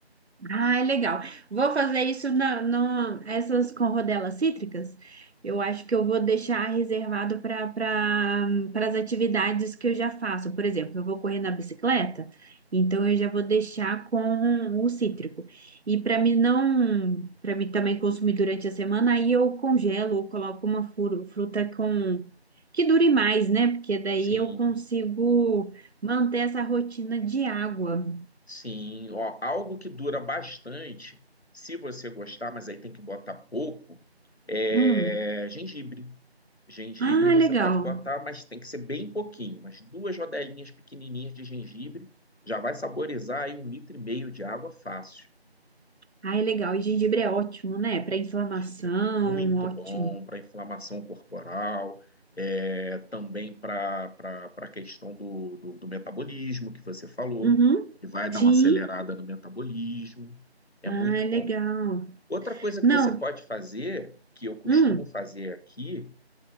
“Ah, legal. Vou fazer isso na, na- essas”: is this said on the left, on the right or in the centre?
Right